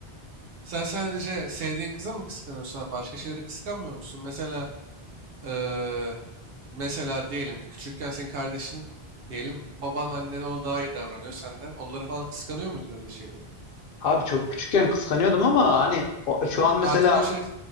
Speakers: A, on the right; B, on the left.
A: Sen sadece sevdiğin kıza mı kıskanıyorsun? abi? Başka şeyleri kıskanmıyor musun? Mesela eee, mesela diyelim ki küçükken senin kardeşin diyelim baban annen ona daha iyi davranıyor senden. Onları falan kıskanıyor muydun öyle şeyleri?
B: Abi çok küçükken kıskanıyordum ama hani o- şu an mesela
A: Artık öyle şeyleri